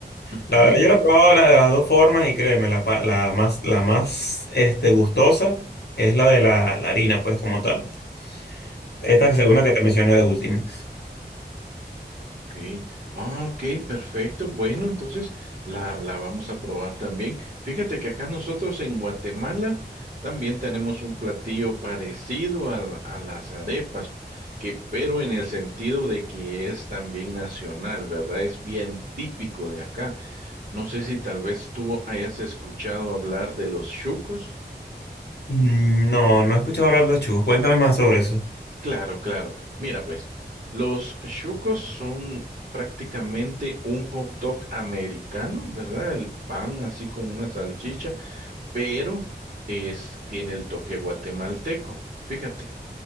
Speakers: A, on the right; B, on the left.
A: Ujú.
B: La verdad, yo la he probado la de las dos formas y créeme, la, pa- la más, la más este, gustosa es la de la, la harina, pues como tal. Esta
A: Oh,
B: segunda que te mencioné de último.
A: ok. Ah, ok, perfecto. Bueno, entonces la, la vamos a probar también. Fíjate que acá nosotros en Guatemala también tenemos un platillo parecido al- a, las arepas, que, pero en el sentido de que es también nacional, ¿verdad? Es bien típico de acá. No sé si tal vez tú hayas escuchado hablar de los chucos.
B: Mm, No, no he escuchado hablar de los churros. Cuéntame más sobre eso.
A: Claro, claro. Mira, pues, los chucos son prácticamente un hot dog americano, ¿verdad? El pan así con una salchicha, pero es, tiene el toque guatemalteco. Fíjate